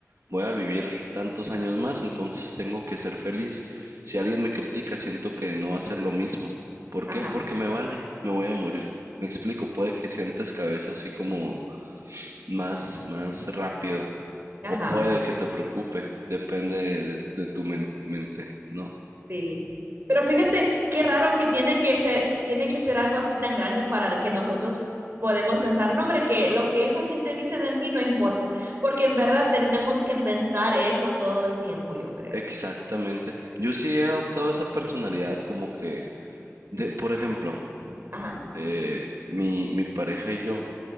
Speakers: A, on the right (about 85°); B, on the right (about 45°).
A: voy a vivir tantos años más, entonces tengo que ser feliz. Si alguien me critica, siento que no va a ser lo mismo. ¿Por
B: Ajá,
A: qué? Porque me vale, me voy a morir. Me explico, puede que sientes cabeza así como más, más rápido,
B: ajá.
A: o puede que te preocupe, depende de, de tu men- mente, ¿no?
B: Sí. Pero fíjate qué raro que tiene que ser, tiene que ser algo así tan grande para que nosotros podemos pensar, no, hombre, que lo que esa gente dice de mí no importa, porque en verdad tenemos que pensar eso todo el tiempo, yo creo.
A: Exactamente. Yo sí he adoptado esa personalidad como que, de, por ejemplo,
B: Ajá.
A: eh, mi, mi pareja y yo,